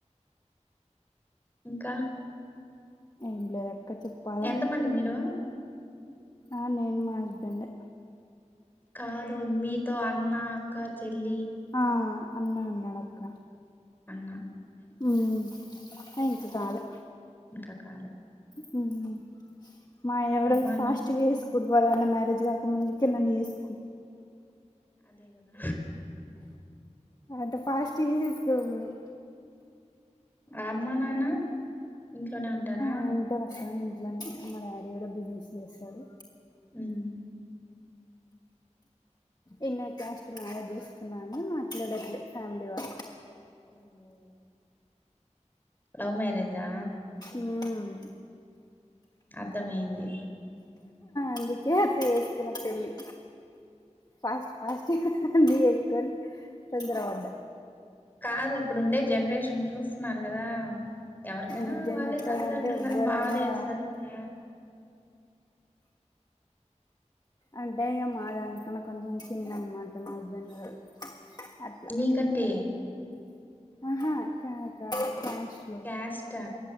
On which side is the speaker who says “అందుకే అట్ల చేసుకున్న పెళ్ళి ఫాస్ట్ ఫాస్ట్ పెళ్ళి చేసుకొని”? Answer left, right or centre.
Left